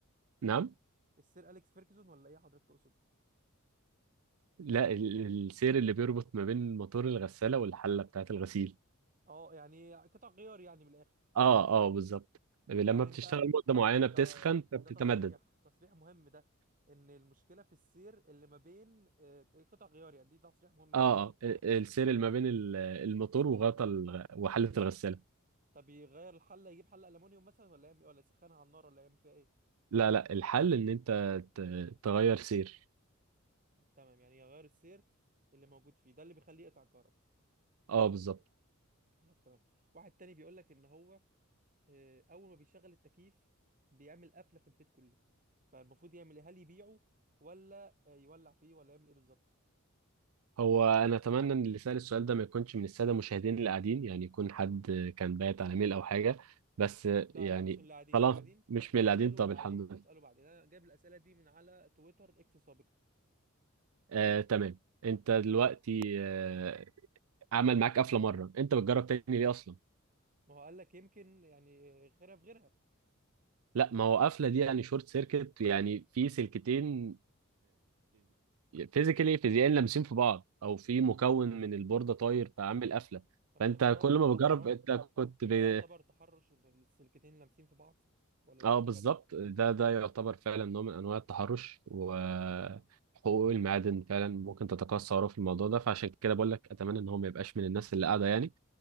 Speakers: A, on the right; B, on the right.
A: نعم
B: السير اليكس فيرجسون ولا ايه حضرتك تقصد
A: لا ال- السير اللي بيربط ما بين موتور الغساله والحله بتاعه الغسيل
B: اه يعني قطع غيار يعني من الاخر
A: اه اه بالظبط لما
B: يعني
A: بتشتغل
B: انت
A: مده معينه
B: ده
A: بتسخن فبتتمدد
B: ده تصريح تصريح مهم ده ان المشكله في السير اللي ما بين آه، إيه، قطع غيار يعني دي تصريح مهم جدا
A: اه اه ال- السير اللي ما بين ال- الموتور وغطا الغ- وحله الغساله
B: طب يغير الحله يجيب حله المونيوم مثلا ولا يعمل إيه؟ ولا يسخنها على النار ولا يعمل فيها ايه
A: لا لا الحل ان انت ت- تغير سير
B: تمام يعني يغير السير اللي موجود فيه ده اللي بيخليه يقطع كهرباء
A: اه بالظبط
B: خلاص تمام واحد تاني بيقول لك ان هو آه، اول ما بيشغل التكييف بيعمل قفله في البيت كله فالمفروض يعمل ايه هل يبيعه ولا آه، يولع فيه ولا يعمل ايه بالظبط
A: هو انا اتمنى ان اللي سأل السؤال ده ما يكونش من الساده المشاهدين اللي قاعدين يعني يكون حد كان بايت على ميل او حاجه بس
B: لا
A: يعني
B: لا مش اللي قاعدين
A: طالما
B: اللي قاعدين
A: مش من
B: هيسالوا
A: اللي قاعدين طب
B: بعدين
A: الحمد لله
B: هيسالوا بعدين انا جايب الاسئله دي من على تويتر اكس سابقا
A: آه تمام انت دلوقتي آه عمل معاك قفله مره انت بتجرب تاني ليه اصلا
B: ما هو قال لك يمكن يعني غيرها في غيرها
A: لا ما هو قفله دي يعني شورت سيركت يعني في سلكتين فيزيكالي فيزيائيا لامسين في بعض او في مكون من البورده طاير فعامل قفله
B: فمش
A: فانت
B: ده حرام
A: كل
B: مش
A: ما
B: ده
A: بتجرب
B: حرام
A: انت كنت
B: مش
A: ب-
B: ده يعتبر تحرش ان السلكتين لامسين في بعض ولا
A: اه
B: ما يعتبرش
A: بالظبط ده ده يعتبر فعلا نوع من انواع التحرش وحقوق المعادن فعلا ممكن تتقاصى وراه في الموضوع ده فعشان كده بقول لك اتمنى ان هو ما يبقاش من الناس اللي قاعده يعني